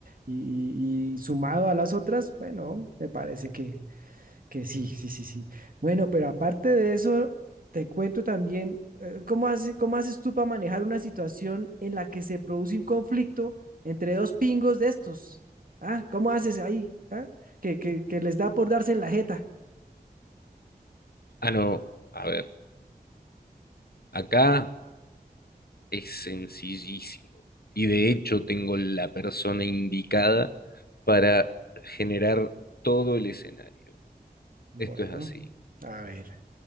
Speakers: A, on the right (about 60°); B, on the left (about 70°).
A: Y, y- y sumado a las otras, bueno, me parece Que sí, sí, sí, sí. Bueno, pero aparte de eso, te cuento también eh, cómo hace- cómo haces tú para manejar una situación en la que se produce un conflicto entre dos pingos de estos. ¿Ah? ¿Cómo haces ahí? ah? Que, que, que les da por darse en la jeta.
B: Ah, no, a ver, acá es sencillísimo. Y de hecho tengo la persona indicada para generar todo el escenario.
A: Bueno,
B: Esto es así.
A: a ver.